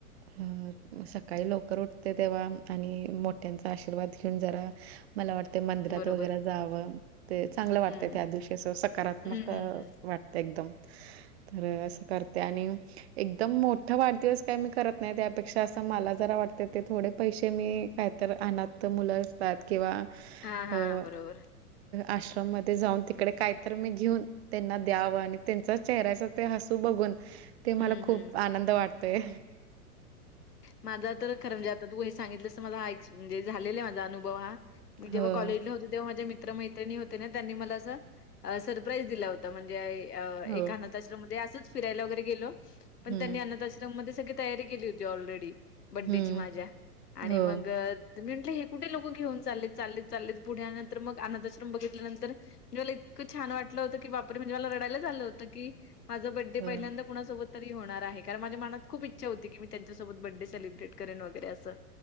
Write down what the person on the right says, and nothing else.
अ सकाळी लवकर उठते तेव्हा आणि मोठ त्यांचा आशीर्वाद घेऊन जरा मला वाटतं मंदिरात
वगैरे जावं. ते चांगलं वाटतंय
त्या दिवशी अस सकारात्मक
वाटत एकदम तर असं करते आणि एकदम मोठ वाढदिवस काय मी करत नाही त्यापेक्षा असं मला जरा वाटतं ते थोडे पैसे मी काय तर अनाथ मुलं असतात किंवा
अ
आश्रम मध्ये जाऊन तिकडे कायतर मी घेऊन. त्यांना द्यावं आणि त्यांचा चेहऱ्याच ते हसू बघून. ते मला
खूप
आनंद वाटतय.
हो
हो
हम्म
हम्म
हो
हो